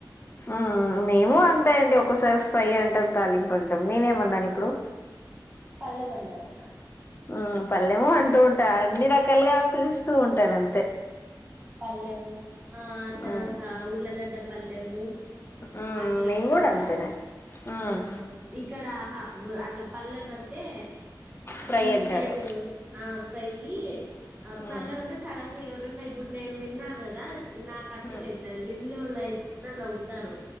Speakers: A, on the left (about 30°); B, on the right (about 20°).
A: ఆ మేము అంతే అండి ఒకోసారి ఫ్రై అంటాం తాలింపు అంటాం నేనేమన్నాను ఇప్పుడు
B: పళ్లెం అన్నారు
A: ఉ పల్లెము అంటూ ఉంటారు అన్ని రకాలుగా పిలుస్తూ ఉంటాను అంతే.
B: పల్లెము ఆ తర్వాత
A: ఉమ్
B: ఉర్లగడ్డ పల్లెము
A: ఉమ్
B: అట్లంటరు
A: మేము కూడా
B: గదా
A: అంతేనే ఉమ్
B: ఆ ఇక్కడ ఆహ అట్లా పల్లెం అంటే
A: ఫ్రై
B: ఈ
A: అంటారు
B: సైడు ఆ ఫ్రైయి ఆ పల్లెం
A: ఉమ్
B: అంటే సడన్గా ఎవరన్నా ఇప్ ఇప్పుడు నేను విన్నా గదా నాకు అర్థమయితాది
A: ఉమ్
B: విన్నోళ్లుఅయితే నవ్వుతారు.